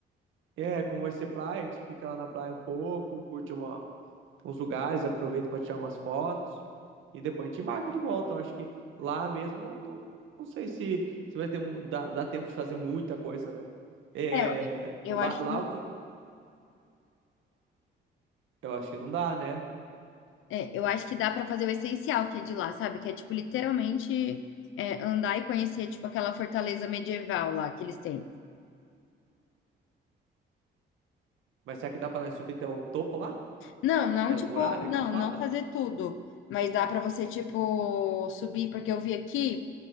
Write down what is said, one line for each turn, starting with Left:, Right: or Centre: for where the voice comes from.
Right: É, como vai ser praia, a gente fica lá na praia um pouco, curte uma, uns lugares, aproveita pra tirar umas fotos. E depois a gente marca de volta. Eu acho que lá mesmo, não, não sei se, se vai ter, mu- dá, dá tempo de fazer muita coisa, né? É,
Left: É, eu
Right: lá,
Left: acho
Right: lá
Left: que,
Right: o que. Eu acho que não dá, né?
Left: é, eu acho que dá pra fazer o essencial que é de lá, sabe? Que é, tipo, literalmente é, andar e conhecer, tipo, aquela fortaleza medieval lá que eles têm.
Right: Mas será que dá pra nós subir até o topo lá?
Left: Não, não,
Right: Que é
Left: tipo,
Right: as muralhas
Left: não,
Right: que você fala?
Left: não fazer tudo. Mas dá pra você, tipo, subir. Porque eu vi aqui,